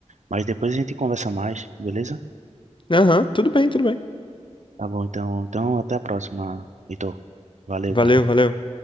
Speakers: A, on the right; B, on the left.
A: Mas depois a gente conversa mais, beleza?
B: Aham, tudo bem, tudo bem.
A: Tá bom, então, então até a próxima, Heitor. Valeu, cara.
B: Valeu, valeu.